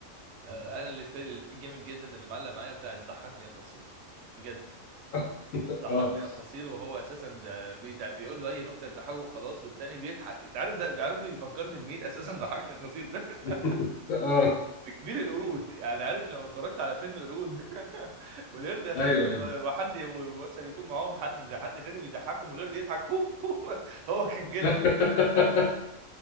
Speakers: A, on the right; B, on the left.
A: آه، انا اللي في اللي في الجامد جدا اللي معلق معايا بتاع ضحكني يا قصير بجد
B: <laughs>
A: ضحكني
B: اه
A: يا قصير وهو اساسا ب- بيدع- بيقول له اي نكته تضحكه وخلاص والتاني بيضحك انت عارف ده بيعرف بيفكرني بمين اساسا ضحكني يا قصير ده <laughs>
B: <laughs> اه
A: بكبير القرود يعني عارف لو اتفرجت على فيلم قرود <laughs> والقرد اساسا
B: ايوه
A: لما
B: ايوه
A: حد و- مثلا يكون معاهم حد حد تاني بيضحكهم والقرد يضحك <laughs> هو هو كان كده
B: <laughs>